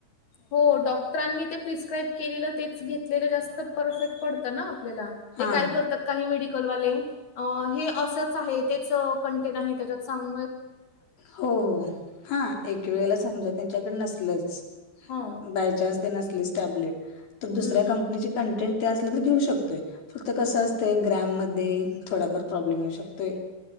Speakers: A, on the left; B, on the left.
A: हो डॉक्टरांनी ते प्रिस्क्राईब केलेलं तेच घेतलेलं जास्त परफेक्ट पडत ना आपल्याला,
B: हा
A: ते काय करतात काही मेडिकल वाले, अं हे असच आहे तेच कंटेंट आहे त्याच्यात सांग
B: हो, हो हा एक वेळेला समजत त्यांच्याकडे नसलच,
A: हो
B: बाय चान्स ते नसलच टॅबलेट तर दुसर्या
A: हम्म
B: कंपनीचे कंटेंट तो असला तर घेऊ शकतोय फक्त कसं असतंय, ग्राम मध्ये थोडाफार प्रॉब्लेम येऊ शकतोय.